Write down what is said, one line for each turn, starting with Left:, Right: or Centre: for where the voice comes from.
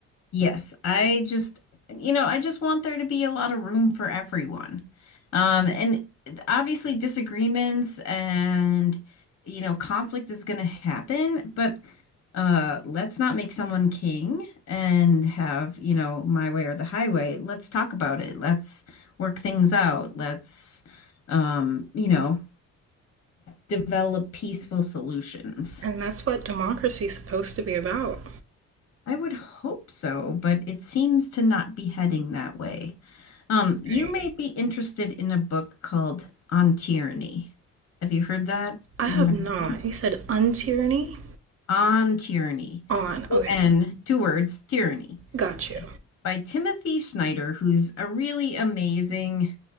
Left: Yes, I just, you know, I just want there to be a lot of room for everyone. Um, and obviously disagreements and, you know, conflict is going to happen, but uh, let's not make someone king and have, you know, my way or the highway. Let's talk about it. Let's work things out. Let's, um, you know, develop peaceful solutions.
Right: And that's what democracy's supposed to be about.
Left: I would hope so, but it seems to not be heading that way. Um, you
Right: Right.
Left: may be interested in a book called On Tyranny. Have you heard that
Right: I
Left: being
Right: have
Left: mentioned?
Right: not. You said untyranny
Left: On Tyranny.
Right: on.
Left: O-N,
Right: Okay,
Left: two words, Tyranny,
Right: got you.
Left: by Timothy Snyder, who's a really amazing